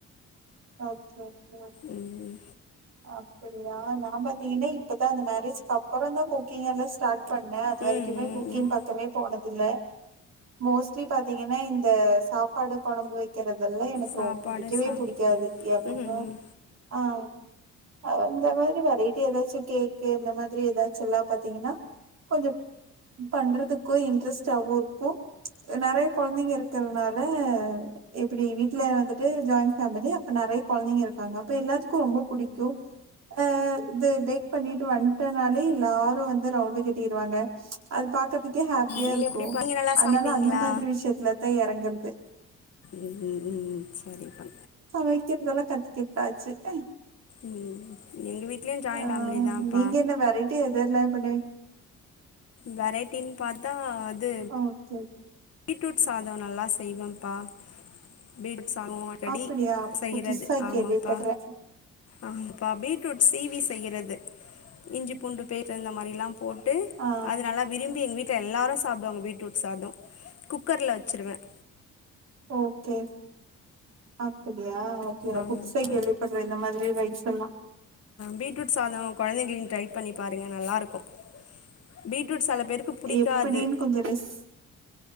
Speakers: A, on the right (about 60°); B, on the left (about 55°).
A: ஓகே ஓகே ஓகே
B: ம்
A: அப்படியா நான் பாத்தீங்கன்னா இப்பதான் அந்த மேரேஜ் அப்பறம் தான் குக்கிங் எல்லாம் ஸ்டாட் குக் பண்ணேன் அது வரைக்குமே
B: ம் ம்
A: குக்கின்
B: ம்
A: பக்கமே போனதில்ல மோஸ்லி பாத்தீங்கன்னா இந்த சாப்பாடு கொழம்பு வை <inaudible> தெல்லாம் எனக்கு
B: சாப்பாடு
A: ரொப புடிக்கவே
B: சா
A: புடிக் கக்காது எப்பகோ
B: ம் ம் ம்
A: ஆ இந்தந்த மாரி வெரைட்டி ஏதாச்சும் கேக்கு இந்த மாரி ஏதாச்சும் எல்லாம் பாத்தீங்கன்னா கொஞ்சம் பண்றதுக்கும் இன்ட்ரெஸ்டவும் இருக்கும் நெறைய கொழந்தைங்க இருக்கிறதுனால ஹ எப்டி வீட்ல வந்துட்டு ஜாயின் <inaudible> அப்ப நெறைய கொழந்தைங்க இருக்காங்க அப்ப எல்லாத்துக்கும் ரொம்ப பிடிக்கும் அ இது பேக் பண்ணிட்டு வந்துட்டனாலே எல்லாரும் வந்து ரவுண்ட கட்டிருவாங்க அது ப க்க ஹாப்பியா
B: நீங்கள்
A: இருக்கும்
B: எப்படிப்பா நீங்கள் நல்லா
A: அதனால
B: சமைப்பீங்களா
A: அந்த மாரி விஷயத்துலதான் இறங்கதுஹஜ்
B: ம் ம் ம் சரிப்பா
A: வைக்கிறதெல்லாம் கத்துக்கிட்டாச்சு ம்
B: ம் எங்கள் வீட்லேயும் ஜாயிண்ட்
A: ஆ
B: ஃபேமிலி தான்ப்பா
A: நீங்க என்ன வெரைட்டி எது இல்ல எப்பண்ண
B: வெரைட்டின்னு பாத்தா அது
A: ஓகே
B: பீட்ரூட் சாதம் நல்லா செய்வேம்ப்பா பீட் <inaudible>
A: அப்படியா
B: டி செய்யறது
A: புதுசா
B: ஆமாப்பா
A: கேள்விப்பட்றே
B: ஆமாப்பா பீட்ரூட் சீவி செய்யறது <inaudible> இஞ்சி பூண்டு பே இந்த மாரி எல்லாம் போட்டு
A: ஆ
B: அது நல்லா விரும்பி எங்க வீட்டு எல்லாரும் சாப்படுவாங்க பீட்ரூட் சாதம் குக்கர்ல வச்சிருவேன்
A: ஓகே ஆது ஓகே
B: ஆமாப்பா
A: குதுசைக்கு வெள்விப்படுற இந்த மாரி ரைஸ் எல்லாம்
B: பீட்ரூட் சாதம் கொழந்தைங்க டரை பண்ணி பாருங்க நல்லா இருக்கும் பீட்ரூட் பேருக்கு புடிக்காது
A: எப்படினு கொஞ்சம் ரிஸ்